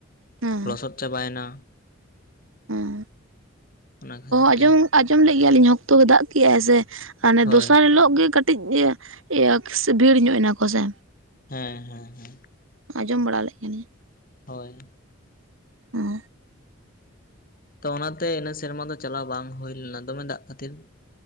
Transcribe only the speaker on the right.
ᱦᱩᱸ
ᱦᱩᱸ
ᱚ ᱟᱸᱡᱚᱢ
ᱟᱸᱡᱚᱢ ᱞᱮᱫ ᱜᱮᱭᱟᱞᱤᱧ ᱦᱚᱠᱛᱚ ᱫᱟᱜ ᱠᱮᱜᱼᱟᱭ ᱥᱮ ᱦᱟᱱᱮ
ᱫᱚᱥᱟᱨ ᱦᱤᱞᱳᱜ ᱜᱮ ᱠᱟᱹ- -ᱴᱤᱡ ᱤᱭᱟᱹ ᱠᱥ ᱵᱷᱤᱲ ᱧᱚᱜ ᱮᱱᱟᱠᱚ ᱥᱮ
ᱟᱸᱡᱚᱢ ᱵᱟᱲᱟ ᱞᱮᱫ ᱠᱟ. ᱱᱤᱧ
ᱦᱮᱸ